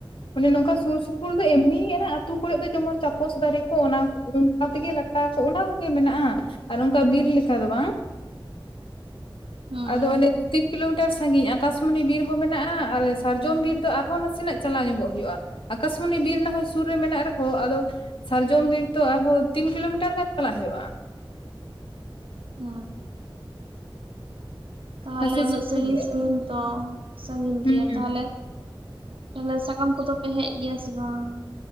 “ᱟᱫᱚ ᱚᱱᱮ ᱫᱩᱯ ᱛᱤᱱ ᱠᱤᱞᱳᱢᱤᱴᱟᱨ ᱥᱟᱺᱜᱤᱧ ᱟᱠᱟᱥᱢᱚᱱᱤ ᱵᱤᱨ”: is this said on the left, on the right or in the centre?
Left